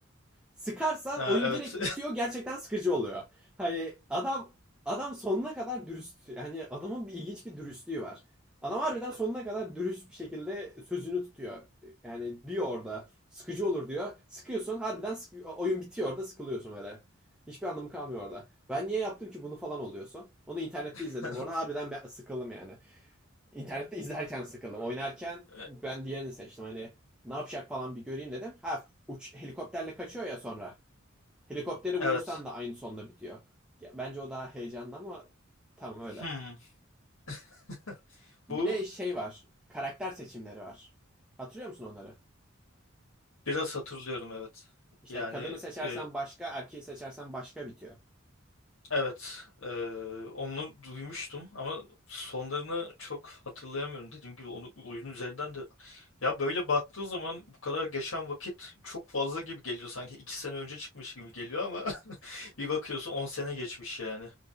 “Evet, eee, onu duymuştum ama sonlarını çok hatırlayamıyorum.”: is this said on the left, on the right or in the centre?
Left